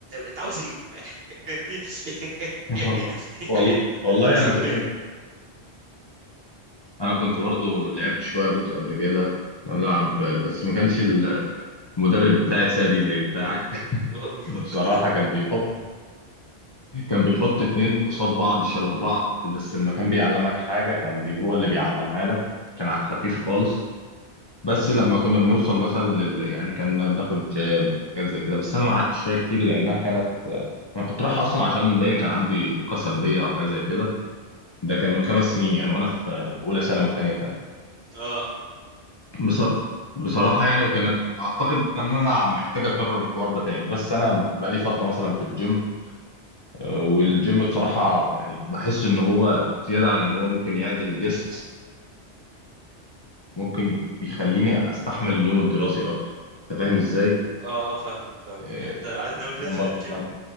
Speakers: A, on the right (about 60°); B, on the left (about 30°).
A: انت عاوز ايه <laughs> فاهمني <laughs>
B: <laughs>
A: يعني
B: والله
A: يعني انت
B: والله
A: أنت وصلت
B: انا
A: ليه
B: كنت انا كنت برضو لعبت شويه بوكس قبل كده كنا بنلعب بس ما كانش المدرب بتاعي سادي زي بتاعك <laughs>
A: <laughs>
B: بصراحه كان بيحط كان بيحط اتنين قصاد بعض شبه بعض بس لما كان بيعلمك حاجه كان بي هو اللي بيعلمها لك كان على الخفيف خالص بس لما كنا بنوصل مثلا لل... يعني كنا بناخد جاب حاجات زي كده بس انا ما قعدتش فيها كتير لانها كانت انا كنت رايح اصلا عشان باين كان عندي طاقه سلبيه او حاجه زي كده ده كان من خمس سنين يعني وانا في في اولى ثانوي وثانيه ثانوي
A: اه
B: بصراحه بصراحه يعني وكانت اعتقد ان انا محتاج اكرر الحوار ده تاني بس انا بقالي فتره مثلا في الجيم آه، والجيم بصراحه يعني بحس ان هو زياده عن ان هو ممكن يعدل جسمك ممكن بيخليني استحمل اليوم الدراسي اكتر انت فاهم ازاي
A: اه اه فاهمك فاهمك
B: إيه،
A: يعني انت عايز ناوي تنزل
B: لما
A: الجيم
B: لما